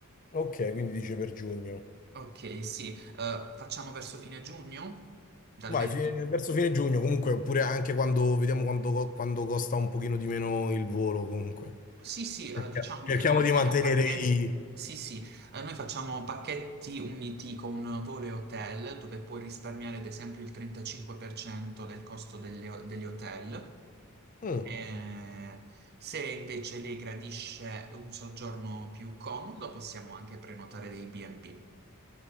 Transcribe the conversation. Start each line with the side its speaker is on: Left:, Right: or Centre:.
Left: Ok, quindi dice per giugno.
Right: Ok, sì, eh, facciamo verso fine giugno? Dal
Left: Vai,
Right: 20...
Left: fine- verso fine giugno, comunque, oppure anche quando vediamo quando, quando costa un pochino di meno il volo, comunque.
Right: Sì, sì,
Left: Cerchia-
Right: eh, diciamo
Left: Cerchiamo
Right: che noi lo chiamiamo
Left: di mantenere
Right: pacchetti.
Left: i...
Right: Sì, sì, eh, noi facciamo pacchetti uniti con volo e hotel dove puoi risparmiare ad esempio il 35% del costo delle- degli hotel.
Left: Mm,
Right: Eh, se invece lei gradisce un soggiorno più comodo, possiamo anche prenotare dei B&B.